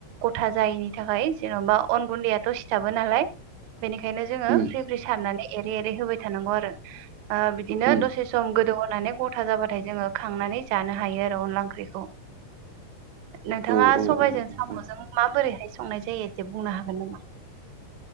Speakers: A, on the right; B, on the right.
A: गथा जायिनि थाखाय जेन'बा अन गुन्दैयाथ' सिथाबो नालाय बेनिखायनो जोङो
B: उम
A: फ्रि फ्रि सारनानै एरे एरै होबाय। थानांगौ आरो बिदिनो
B: उम
A: दसे सम गोदौहोनानै गथा जाबाथाय जोङो खांनानै जानो हायो आरो अनला ओंख्रिखौ नोंथाङा
B: औ औ औ
A: सबायाइजों
B: औ
A: साम'जों
B: औ
A: माबोरैहाय संनाय जायो एसे बुंनो हागोन नामा?